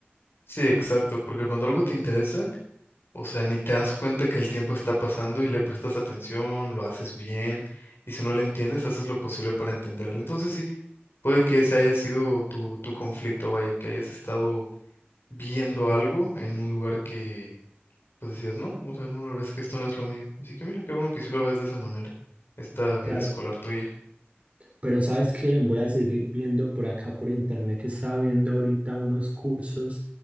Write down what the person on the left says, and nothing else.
Sí, exacto, porque cuando algo te interesa O sea, ni te das cuenta que el tiempo está pasando y le prestas atención, lo haces bien, y si no le entiendes, haces lo posible para entenderlo. Entonces sí, puede que ese haya sido tu, tu conflicto, vaya, que hayas estado viendo algo en un lugar que, pues decías, no, o sea, no, la verdad es que esto no es lo mío. Así que mira, qué bueno que sí lo veas de esa manera, esta
vida escolar tuya.